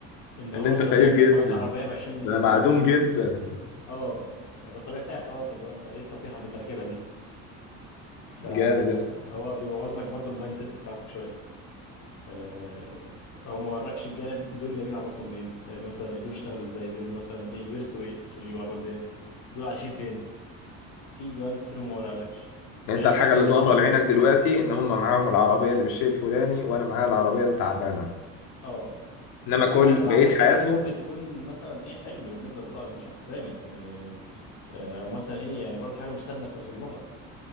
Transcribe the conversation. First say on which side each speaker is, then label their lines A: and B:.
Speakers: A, on the left; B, on the left.
A: ان هو
B: ان انت
A: الطبيعي
B: فقير
A: انك
B: جدا
A: معاك عربيه ب 20 مليون
B: ده
A: 30
B: معدوم
A: مليون جنيه
B: جدا
A: اه يعني ده الطبيعي بتاعي خلاص اللي هو انت ايه الصفيحه اللي انت راكبها دي فهو
B: جامد يا اسطى
A: بيبوظ لك برضو المايند سيت بتاعتك شويه آه، هو ما وركش الجانب دول جايبين عرباتهم منين آه، مثلا إيه دول اشتغلوا ازاي دول مثلا ايه ورثوا ايه عشان يجيبوا العربات ديت دول عايشين فين في جوانب كتير ما وراهالكش يعني
B: يعني انت الحاجه
A: ده مثلا
B: اللي
A: مثل
B: ظاهره
A: صغير
B: لعينك دلوقتي ان هم معاهم العربيه اللي بالشيء الفلاني وانا معايا العربيه التعبانه
A: اه
B: انما كل
A: مع ان العربيه
B: بقيه حياتهم
A: التعبانه دي ممكن تكون مثلا ايه حلم بالنسبه لط- لشخص تاني آه، آه، او مثلا ايه يعني برضه حاجه مش سهله انك توصل لها